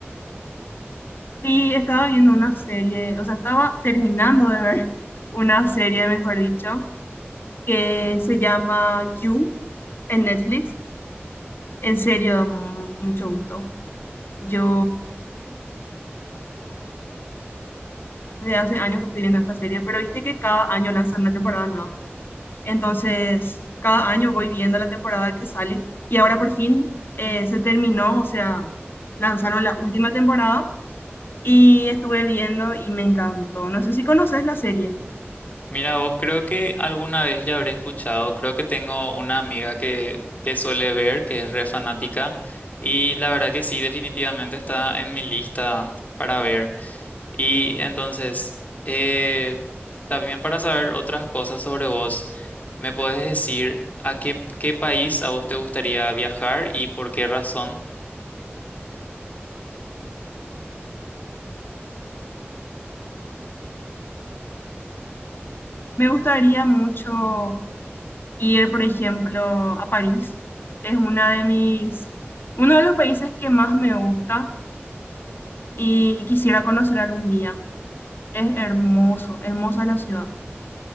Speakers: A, on the left; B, on the left.
A: Sí, estaba viendo una serie, o sea, estaba terminando de ver <laughs> una serie, mejor dicho, que se llama You en Netflix. En serio, da mu- mucho gusto. Yo desde hace años que estoy viendo esta serie, pero viste que cada año lanzan una temporada nueva. Entonces, cada año voy viendo la temporada que sale y ahora por fin eh, se terminó, o sea, lanzaron la última temporada y estuve viendo y me encantó. No sé si conoces la serie.
B: Mira, vos creo que alguna vez ya habré escuchado, creo que tengo una amiga que, que suele ver, que es re fanática, y la verdad que sí, definitivamente está en mi lista para ver. Y entonces, eh, también para saber otras cosas sobre vos, ¿me puedes decir a qué, qué país a vos te gustaría viajar y por qué razón?
A: Me gustaría mucho ir, por ejemplo, a París. Es una de mis, uno de los países que más me gusta y quisiera conocer algún día. Es hermoso, hermosa la ciudad.